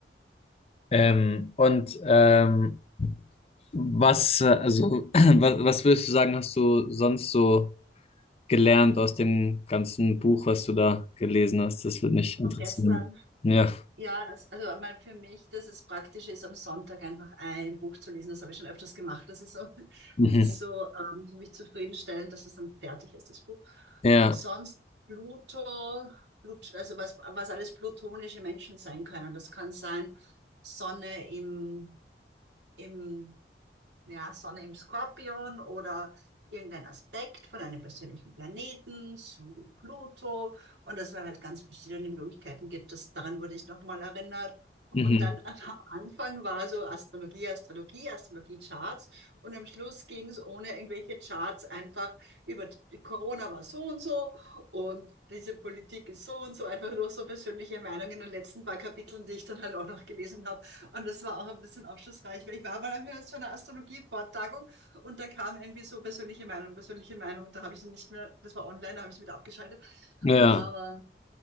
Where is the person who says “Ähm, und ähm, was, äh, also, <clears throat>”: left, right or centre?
Left